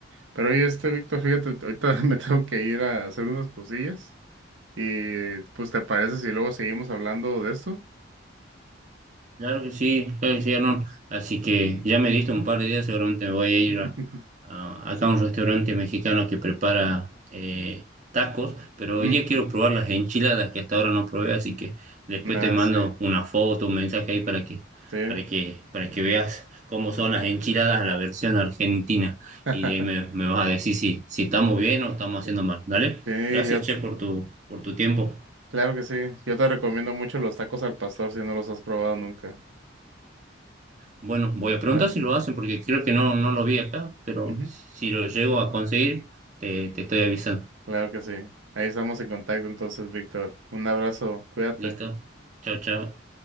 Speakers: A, on the right; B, on the right.
A: Pero oye, este, Víctor, fíjate, ahorita <laughs> me tengo que ir a hacer unas cosillas y pues te parece si luego seguimos hablando de esto?
B: Claro que sí, claro que sí, Arnold. Así que ya me diste un
A: ¿Mm?
B: par de días, seguramente me voy a ir
A: <laughs>
B: a, a- acá a un restaurante mexicano que prepara eh, tacos, pero
A: Ujú.
B: hoy día quiero probar las enchiladas que hasta ahora no probé, así que después
A: Ah,
B: te mando
A: sí,
B: una foto, un mensaje ahí para que,
A: sí.
B: para que, para que veas cómo son las enchiladas a la versión argentina.
A: <laughs>
B: Y de ahí me, me vas a decir si, si estamos bien o estamos haciendo
A: Sí,
B: mal. ¿Dale?
A: sí,
B: Gracias,
A: yo t-
B: Che, por tu, por tu tiempo.
A: claro que sí. Yo te recomiendo mucho los tacos al pastor si no los has probado nunca.
B: Bueno, voy a preguntar
A: Ajá.
B: si lo hacen porque creo que
A: Ujú.
B: no, no lo vi acá, pero
A: Ujú.
B: si lo llego a conseguir, te, te estoy avisando.
A: Claro que sí. Ahí estamos en contacto entonces, Víctor. Un abrazo, cuídate.
B: ¿Listo? Chao, chao.